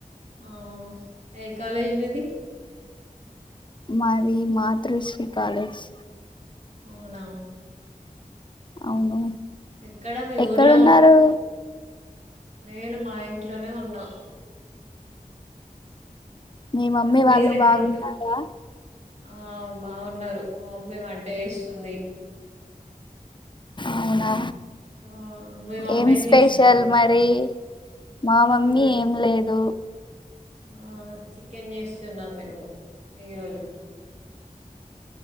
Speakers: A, on the right (about 55°); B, on the left (about 35°).
A: ఆ ఏ కాలేజ్ మీది
B: మాది మాతృశ్రీ కాలేజ్
A: అవునా
B: అవును
A: ఎక్కడ మీ
B: ఎక్కడున్నారు
A: ఊర్లో నేను మా ఇ ఇంట్లోనే ఉన్నాం
B: మీ మమ్మీ
A: మీరెక్కడ
B: వాళ్ళు బాగున్నారా
A: ఉంటురు ఆ బాగున్నారు మేము వంట చేస్తుంది
B: అవునా
A: ఆ మీ మమ్మీ
B: ఏం స్పెషల్
A: చేస్తుంది
B: మరి మా మమ్మీ
A: ఈరోజు
B: ఏం లేదు
A: ఆ చికెన్ చేస్తున్నాం మేము ఈ రోజు